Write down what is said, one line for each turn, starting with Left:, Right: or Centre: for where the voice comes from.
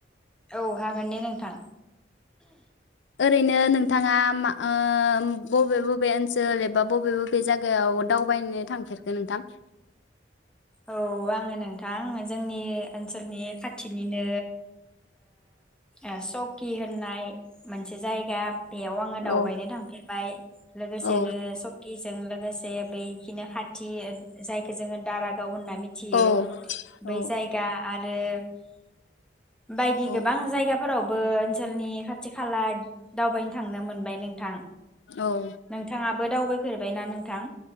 Centre: औ हागोन दे नोंथां।
Left: ओरैनो नोंथांङा मा ओ बबे बबे ओनसोल एबा बबे बबे जायगायाव दावबायनो थांफेरखो नोंथां?
Centre: औ आङो नोंथां जोंनि ओनसोलनि खाथिनिनो ओ सकि होननाय मोनसे जायगा बेयाव आंङो दावबायनो
Left: औ
Centre: थांफेरबाय लोगोसेनो
Left: औ
Centre: सकिजों लोगोसे बै खिनो खाथि जाय जोङो दाराग गाव होनना मिथियो।
Left: औ
Centre: बै
Left: औ
Centre: जायगा <unintelligible> बायदि
Left: औ
Centre: गोबां जायगा फोरावबो ओनसोलनि खाथि खाला दावबायनो थांनो मोनबाय नोंथां।
Left: औ
Centre: नोंथाङाबो दावबाय फेरबाय ना नोंथां?